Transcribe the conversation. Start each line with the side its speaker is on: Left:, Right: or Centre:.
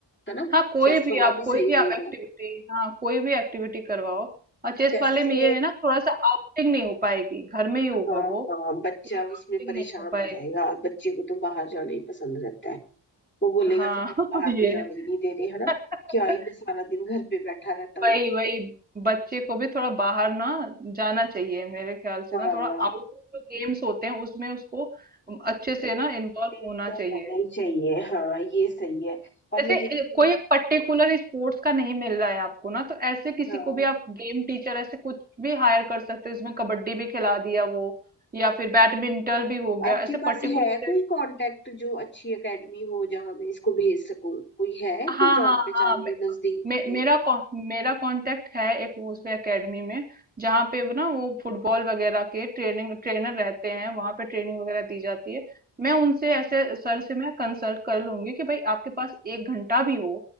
Left: है ना
Right: हाँ कोई
Left: चेस
Right: भी
Left: वाला
Right: आप
Left: भी
Right: कोई
Left: सही
Right: भी
Left: रहेगा
Right: आप एक्टिविटी हाँ कोई भी एक्टिविटी करवाओ और चेस
Left: चेस
Right: वाले
Left: से
Right: में ये है ना थोड़ा सा आउटिंग नहीं हो पाएगी घर में ही होगा
Left: हाँ
Right: वो
Left: हाँ बच्चा
Right: थोड़ी
Left: उसमें
Right: आउटिंग
Left: परेशान
Right: नहीं हो
Left: हो
Right: पाएगी
Left: जाएगा और बच्चे को तो बाहर जाना ही पसंद रहता है वो बोलेगा
Right: हाँ
Left: कि मेरे को
Right: <laughs>
Left: बाहर
Right: ये
Left: तो जाने
Right: है
Left: ही नहीं दे रहे है ना
Right: <laughs>
Left: क्या ही मैं सारा दिन घर पे बैठा रहता हूँ
Right: वही वही बच्चे को भी थोड़ा बाहर ना जाना चाहिए मेरे ख्याल से
Left: हाँ
Right: ना थोड़ा आउटडोर जो गेम्स होते हैं उसमें उसको अच्छे से ना इन्वॉल्व
Left: एक्टिव
Right: होना
Left: तो
Right: चाहिए
Left: रहना ही चाहिए हाँ ये सही है और
Right: जैसे
Left: मैं देखती
Right: ए,
Left: हूँ
Right: कोई एक पर्टिकुलर स्पोर्ट्स का नहीं मिल रहा है आपको ना तो ऐसे किसी
Left: हाँ
Right: को भी आप गेम टीचर ऐसे कुछ भी हायर कर सकते हो इसमें कबड्डी भी खिला दिया वो या फिर बैडमिंटन भी हो गया
Left: आपके
Right: ऐसे
Left: पास
Right: पर्टिकुलर
Left: है कोई
Right: से
Left: कांटेक्ट जो अच्छी एकेडमी हो जहाँ मैं इसको भेज सकूँ कोई है
Right: हाँ
Left: कोई जान
Right: हाँ
Left: पहचान
Right: हाँ मे,
Left: में नजदीक
Right: मे,
Left: कहीं
Right: मेरा कॉ- मेरा कांटेक्ट है एक उस एकेडमी में जहाँ पे वो ना वो फुटबॉल वगैरह के ट्रेनिंग ट्रेनर रहते हैं वहाँ पे ट्रेनिंग वगैरह दी जाती है मैं उनसे ऐसे सर से मैं कंसल्ट कर लूंगी कि भाई आपके पास एक घंटा भी हो